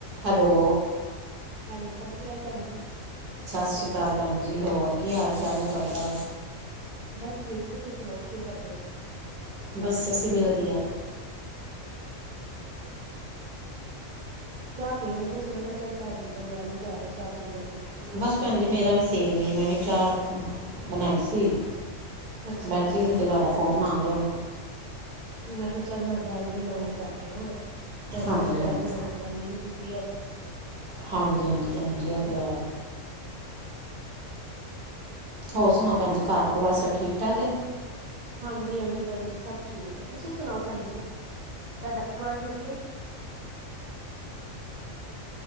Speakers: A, on the right; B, on the right.
A: Hello!
B: Hello, ਸਤਿ ਸ਼੍ਰੀ ਅਕਾਲ ਭੈਣ ਜੀ।
A: ਸਤਿ ਸ਼੍ਰੀ ਅਕਾਲ ਭੈਣ ਜੀ, ਹੋਰ ਕੀ ਹਾਲ ਚਾਲ ਏ ਤੁਹਾਡਾ?
B: ਬਸ ਠੀਕ, ਤੁਸੀਂ ਸੁਣਾਓ ਕੀ ਕਰਦੇ ਸੀ?
A: ਬਸ ਅੱਸੀਂ ਵੀ ਵਧੀਆ।
B: ਚਾਹ ਪੀਣ ਲਗੀ ਸੀ, ਮੈਂ ਕਿਹਾ ਚੱਲ ਭੈਣ ਜੀ ਨਾਲ ਗੱਲ ਹੀ ਕਰਲੋ ਚਾਹ ਪੀਂਦੇ-ਪੀਂਦੇ।
A: ਬਸ ਪੈਣ ਜੀ ਮੇਰਾ ਵੀ ਸੇਮ ਏ, ਮੈਂ ਵੀ ਚਾਹ ਬਣਾਈ ਸੀ।
B: ਅੱਛਾ
A: ਬੈਠੀ
B: ਅੱਛਾ
A: ਸੀ
B: ਮੈਂ
A: ਤੇ ਤੁਹਾਡਾ ਫੋਨ ਆ ਗਿਆ।
B: ਮੈਂ ਕਿਹਾ ਚੱਲ ਮੈਂ ਗੱਲ ਵੀ ਨਾਲ ਹੀ ਕਰਦੀ ਆ, ਭੈਣਜੀ
A: ਹਾਂਜੀ
B: ਨਾ
A: ਹਾਂਜੀ
B: ਬੜੇ ਦਿਨ ਹੋ ਗਏ ਗੱਲ ਨੀ ਕੀਤੀ ਹੈਗੀ।
A: ਹਾਂਜੀ-ਹਾਂਜੀ ਭੈਣ ਜੀ ਆ ਤੇ ਏ। ਹੋਰ ਸੁਣਾਓ ਭੈਣੀ ਘਰ ਪਰਿਵਾਰ ਸਭ ਠੀਕ ਠਾਕ ਐ?
B: ਹਾਂਜੀ-ਹਾਂਜੀ, ਭੈਣ ਜੀ, ਸਭ ਠੀਕ ਐ। ਤੁਸੀਂ ਸੁਣਾਓ ਭੈਣ ਜੀ ਤੁਹਾਡਾ ਹਾਲ ਠੀਕ ਐ?